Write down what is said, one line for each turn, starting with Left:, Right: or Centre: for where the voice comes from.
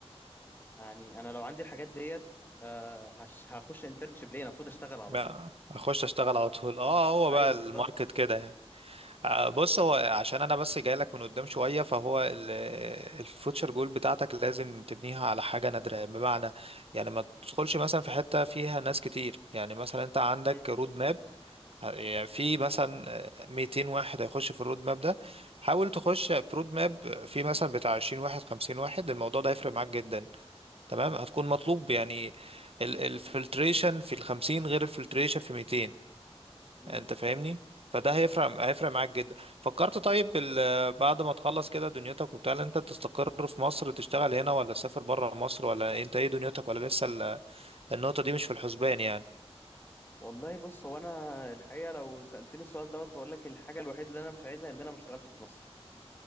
Left: يعني انا لو عندي الحاجات ديت آه، هش- هخش انترنشيب ليه أنا المفروض اشتغل على
Right: بقى
Left: طول
Right: اخش اشتغل على طول اه هو
Left: ايوه
Right: بقى الماركت
Left: بالظبط
Right: كده يعني آه، بص هو عشان انا بس جاي لك من قدام شويه فهو ال- الفوتشر جول بتاعتك لازم تبنيها على حاجه نادره بمعنى يعني ما تدخلش مثلا في حته فيها ناس كتير يعني مثلا انت عندك
Left: مم.
Right: رود ماب يعني في مثلا آه، 200 واحد هيخش في الرود ماب ده حاول تخش في رود ماب في مثلا بتاع 20 واحد 50 واحد الموضوع ده هيفرق معاك جدا تمام هتكون مطلوب يعني الفلتريشن في ال 50 غير الفلتريشن في 200
Left: مم.
Right: انت فاهمني فده هيفرق هيفرق معاك جدا فكرت طيب ال- بعد ما تخلص كده دنيتك وبتاع لا انت تستقر في مصر تشتغل هنا ولا تسافر بره مصر ولا انت ايه دنيتك ولا لسه ال- النقطة دي مش في الحسبان يعني
Left: والله بص هو انا الحقيقه لو سالتني السؤال دوت فاقول لك الحاجه الوحيده اللي انا مش عايزها ان انا ما اشتغلش في مصر